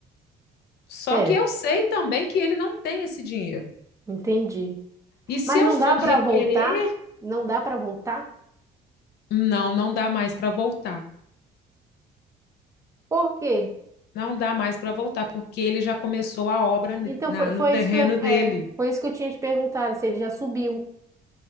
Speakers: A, on the left; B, on the right.
A: Só
B: É,
A: que eu sei também que ele não tem esse dinheiro.
B: entendi.
A: E se
B: Mas
A: eu
B: não
A: for
B: dá para
A: requerer,
B: voltar, não dá para voltar.
A: não, não dá mais para voltar.
B: Por quê?
A: Não dá mais para voltar, porque ele já começou a obra n-
B: Então
A: na-
B: foi, foi
A: no terreno
B: isso que eu,
A: dele.
B: é, foi isso que eu tinha te perguntado, se ele já subiu.